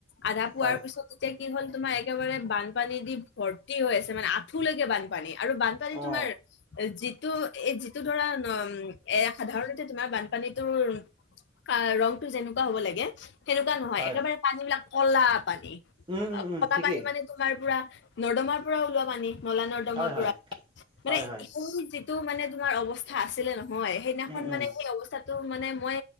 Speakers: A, on the left; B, on the right.
A: আধা পোৱাৰ
B: হয়
A: পিছত এতিয়া কি হ'ল তোমাৰ একেবাৰে বানপানী দি ভৰ্তি হৈ আছে মানে আঁঠুলৈকে বানপানী আৰু বান আজি কালি
B: অ
A: তোমাৰ যিটো এ যিটো ধৰা এ সাধাৰণতে তোমাৰ বানপানীটোৰ ৰংটো যেনেকুৱা হব লাগে সেনেকুৱা নহয়
B: হয়
A: একেবাৰে পানী বিলাক কলা পানী
B: উম উম উম
A: কলা
B: ঠিকেই
A: পানী মানে তোমাৰ পুৰা নৰ্দমাৰ পৰা ওলোৱা পানী, নলা, নৰ্দমাৰ
B: হয় হয়
A: পৰা মানে
B: হয় হয়
A: সেই যে - টো মানে তোমাৰ অৱস্থা আছিলে নহয়, সেইদিনাখন
B: উম উম
A: মানে সেই অৱস্থাত ত' মানে মই